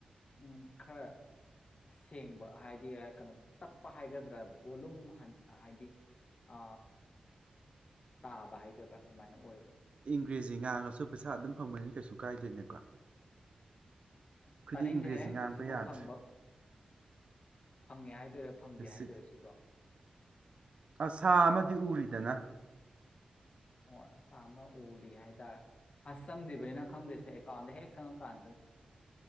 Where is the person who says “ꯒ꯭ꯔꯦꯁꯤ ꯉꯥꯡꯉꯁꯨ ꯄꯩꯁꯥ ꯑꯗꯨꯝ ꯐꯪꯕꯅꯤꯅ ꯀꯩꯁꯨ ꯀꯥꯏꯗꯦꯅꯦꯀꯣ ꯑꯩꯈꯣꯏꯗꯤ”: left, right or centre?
Right